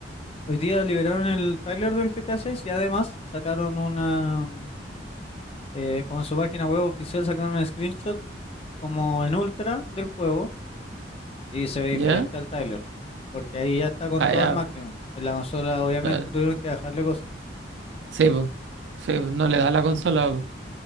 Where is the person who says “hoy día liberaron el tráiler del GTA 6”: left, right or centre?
Left